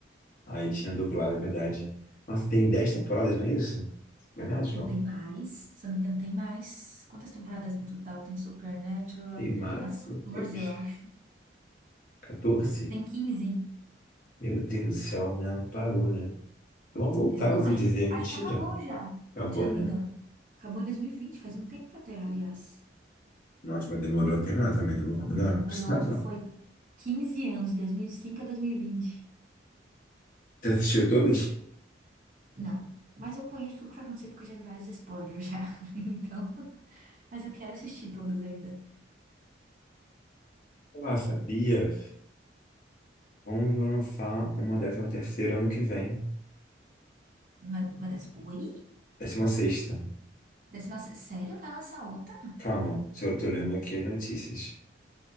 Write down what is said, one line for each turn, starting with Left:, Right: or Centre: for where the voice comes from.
Left: Aí tinha dublado, é verdade. Nossa, tem 10 temporadas, não é isso? Verdade,
Right: Eu
Left: João?
Right: tenho mais, se eu não me engano, tem mais. Quantas temporadas no total tem Supernatural?
Left: Tem mais?
Right: Tem umas 14,
Left: Meu Deus.
Right: eu acho.
Left: 14?
Right: Tem 15.
Left: Meu Deus do céu, né? Não parou, né? Vamos voltar,
Right: É, Não,
Left: eu ouvi
Right: acho
Left: dizer.
Right: que,
Left: é Mentira.
Right: acho que acabou já,
Left: Acabou,
Right: se eu não
Left: né?
Right: me engano. Acabou em 2020, faz um tempo até, aliás.
Left: Nossa, mas demorou a terminar também, não vou combinar.
Right: Demorou,
Left: <laughs>
Right: foi 15 anos, 2005 a 2020.
Left: Você assistiu todas?
Right: Não, mas eu conheço tudo que vai acontecer porque eu já vi vários spoilers já. <laughs> Então, mas eu quero assistir todas ainda.
Left: Ah, sabia. Vamos lançar uma décima terceira ano que vem.
Right: Uma, uma dessa... Oi?
Left: Décima sexta.
Right: Décima... Sério? Vai lançar outra?
Left: Calma, se eu tô olhando aqui as notícias.